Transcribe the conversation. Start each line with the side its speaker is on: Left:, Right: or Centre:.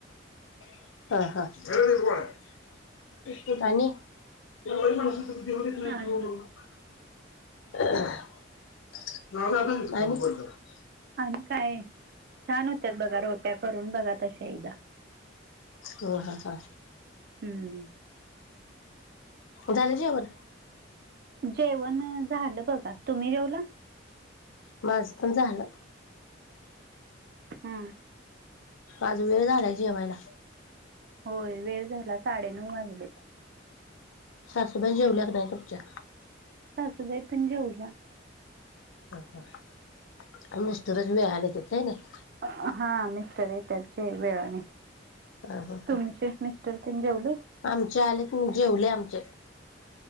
Left: हा हा जवढ
Right: आणि
Left: येत नाही आप कात
Right: आणि काय छान होत्या बघा रोप्या करून बघा तश एकदा
Left: हो ह ह
Right: हम्म
Left: झालेचीी अवरण
Right: जेवण झालं बघा. तुम्ही जेवला?
Left: माझं पण झालं.
Right: हम्.
Left: आज वेळ झालाय जेवायला.
Right: होय वेळ झाला साडेनऊ वाजलेत.
Left: सासूबाई जेवल्या क नाही तुमच्या?
Right: सासुबाई पण जेवल्या.
Left: हा, हा. मिस्टरच वेळाने येतात काय नाही
Right: हा मिस्टर येत. त्याचे वेळाने
Left: हा, हा,
Right: तुमचे
Left: हा.
Right: मिस्टर तेन जेवलेत?
Left: आमचे आलेतनी जेवले आमचे.